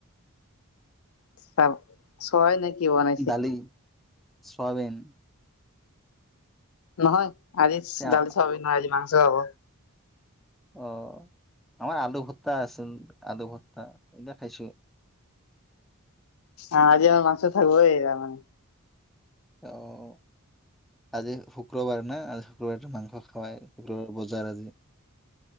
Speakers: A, on the left; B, in the centre.
A: <unintelligible> চয়া নে কি বনাই-
B: দালি, চোৱাৱিন।
A: নহয়, আজি ডালি
B: অ'।
A: চব্জি নহয় আজি মাংস হব।
B: অঁ। আমাৰ আলু ভত্তা আছিল, আলু ভত্তা এতিয়া খাইছোঁ।
A: আ আজি আমাৰ মাংস থাকিব এই তাৰমানে।
B: অঁ। আজি শুক্ৰবাৰ না, আজি শুক্ৰবাৰ মাংস খাৱাই বজাৰ আজি। <inaudible>